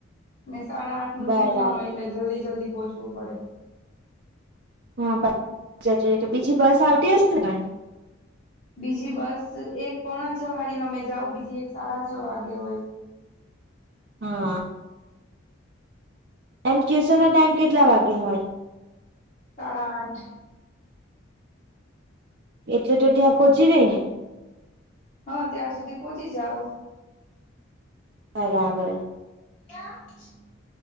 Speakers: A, on the left; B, on the right.
A: ને સાડા આઠ નું
B: બરાબર
A: ટ્યુશન હોય એટલે જલ્દી જલ્દી પહોંચવું પડે
B: હા <unintelligible> બીજી બસ આવતી હશે ને પણ
A: બીજી બસ એક પોણા છ વાળીમાં મે જાઉ બીજી એક સાડા છ વાગે હોય
B: હા એમ ટ્યુશન નો ટાઈમ કેટલા વાગે હોય
A: સાડા આઠ
B: એટલે તો ત્યાં પહોંચી જાય ને
A: હા ત્યાં સુધી પહોંચી જાવ
B: બરાબર
A: <unintelligible>